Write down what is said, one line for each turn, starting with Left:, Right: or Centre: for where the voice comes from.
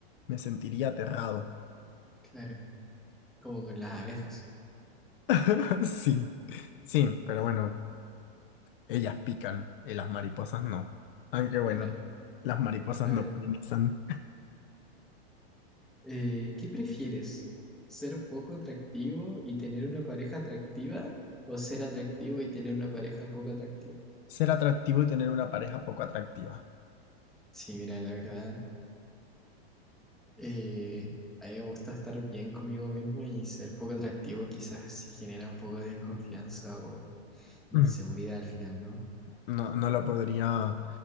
Left: me sentiría aterrado.
Centre: Claro, como con las abejas.
Left: <laughs> Sí, sí, pero bueno, ellas pican y las mariposas no. Aunque bueno,
Centre: Bueno,
Left: las mariposas
Centre: a
Left: no
Centre: ver.
Left: polinizan.
Centre: Eh, ¿qué prefieres? ¿Ser poco atractivo y tener una pareja atractiva? ¿O ser atractivo y tener una pareja poco atractiva?
Left: Ser atractivo y tener una pareja poco atractiva.
Centre: Sí, mira, la verdad, eh, a mí me gusta estar bien conmigo mismo y ser poco atractivo quizás sí genera un poco de desconfianza o inseguridad
Left: Mm.
Centre: al final, ¿no?
Left: No, no lo podría,